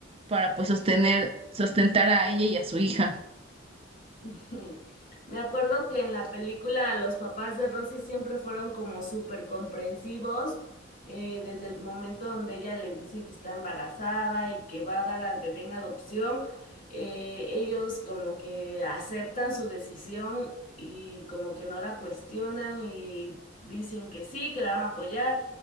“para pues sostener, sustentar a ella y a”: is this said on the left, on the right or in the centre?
Right